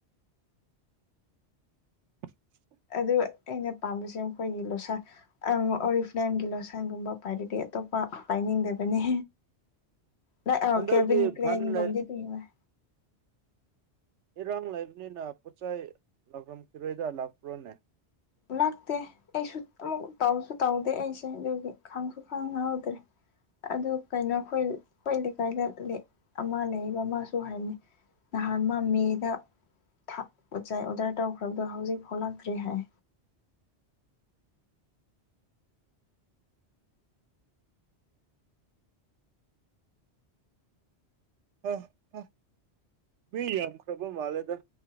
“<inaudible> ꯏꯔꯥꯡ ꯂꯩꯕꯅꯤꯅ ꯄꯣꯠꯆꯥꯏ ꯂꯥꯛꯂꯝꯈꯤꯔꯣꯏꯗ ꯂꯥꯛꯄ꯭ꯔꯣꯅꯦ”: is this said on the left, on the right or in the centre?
Right